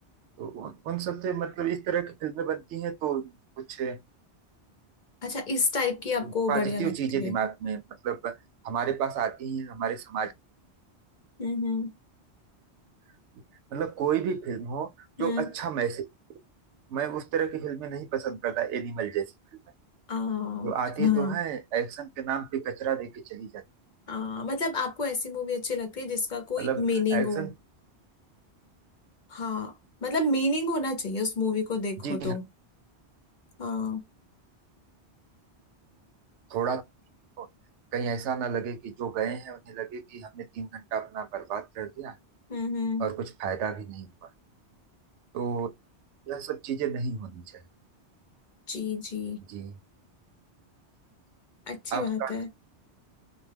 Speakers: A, on the right (about 90°); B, on the left (about 50°).
A: तो उन उन सबसे मतलब इस तरह की फिल्में बनती हैं तो कुछ
B: अच्छा इस टाइप की आपको
A: पॉजिटिव
B: बढ़िया लगती
A: चीजें
B: है
A: दिमाग में मतलब हमारे पास आती हैं हमारे समाज
B: हम्म हम्म
A: की मतलब कोई भी फिल्म हो जो
B: हम्म
A: अच्छा मैसेज मैं उस तरह की फिल्में नहीं पसंद करता एनिमल जैसी फिल्में
B: आ
A: जो आती
B: हाँ
A: तो है एक्शन के नाम पे कचरा देके चली जाती
B: आ मतलब आपको ऐसी मूवी अच्छी लगती है जिसका कोई
A: मतलब
B: मीनिंग
A: एक्शन
B: हो हाँ मतलब मीनिंग होना चाहिए उस मूवी को देखो
A: जी
B: तो
A: हाँ
B: हाँ
A: थोड़ा तो कहीं ऐसा ना लगे कि जो गए हैं उन्हें लगे कि हमने तीन घंटा अपना बर्बाद कर दिया
B: हम्म हम्म
A: और कुछ फायदा भी नहीं हुआ तो यह सब चीजें नहीं होनी चाहिए
B: जी जी
A: जी
B: अच्छी
A: आपका
B: बात है